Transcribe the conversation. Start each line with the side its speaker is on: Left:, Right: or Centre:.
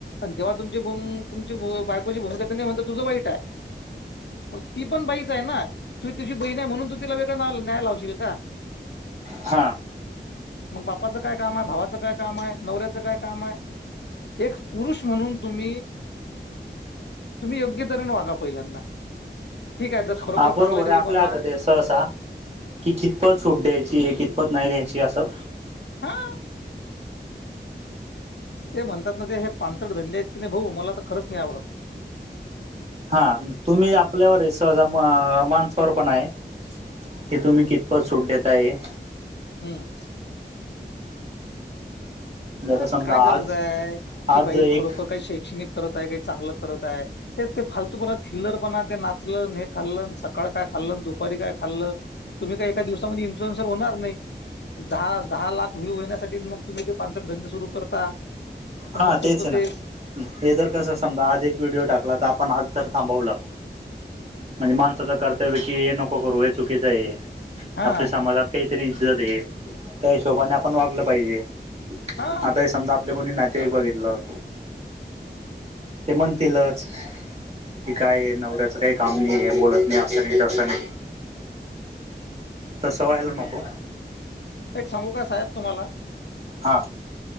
Left: जेव्हा तुमची भ तुमची बायकोची भूमिका नाही म्हणत तुझं वाईट आहे. मग ती पण बाईच आहे ना ती तिझ बहीण आहे म्हणून तू तिला वेगळा न्याय लावशील का?
Right: हा.
Left: मग बापाचं काय काम आहे? भावाचं काय काम आहे? नवऱ्याचं काय काम आहे? एक पुरुष म्हणून तुम्ही तुम्ही योग्य तऱ्हेने वागा पहिल्यांदा. ठीक आहे जर खरोखर
Right: हा बरोबर
Left: चांगल्या रील
Right: आहे आपल्या
Left: बनवा.
Right: हात ते सहसा की कि कितपत सूट द्यायची आहे कितपत नाही द्यायची असं.
Left: हा. ते म्हणतात ना ते हे पांचट धंदे आहेत की नाही भाऊ मला तर खरच नाही आवडत.
Right: हा तुम्ही आपल्यावर सहजा म माणसावर पण हाय. की तुम्ही कितपत सूट देताय.
Left: हम्म.
Right: आता
Left: अ
Right: समजा
Left: काय गरज
Right: आज
Left: आहे? ती
Right: आज
Left: बाई
Right: एक
Left: खरोखर काही शैक्षणिक करत आहे काही चांगलं करत आहे. तेच ते फालतू पणा थिल्लर पणा ते नाचल हे खाल्ल सकाळ काय खाल्ल दुपारी काय खाल्ल? तुम्ही काही एका दिवसामध्ये इन्फ्लुएन्सर होणार नाही. दहा दहा लाख व्ह्यू होण्यासाठी मग तुम्ही ते धंदे सुरू करता. पण
Right: हा
Left: मग तुमचं
Right: तेच
Left: ते
Right: ना हे जर कस समजा आज एक व्हिडिओ टाकला तर आपण आज जर थांबवलं. म्हणजे माणसाचं कर्तव्य की हे नको करू हे चुकीचं आहे.
Left: हा
Right: आपल्या समाजात काहीतरी इज्जत आहे त्या हिशोबाने आपण वागलं पाहिजे.
Left: हा
Right: आता हे समजा आपले कोणी नातेवाईक बघितलं. ते म्हणतीलच. की काय नवऱ्याचं काही काम नाही आहे बोलत नाही असं नाही तस नाही. तसं व्हायला
Left: पाणी काडून
Right: नको
Left: टाक. एक सांगू का साहेब तुम्हाला?
Right: हां.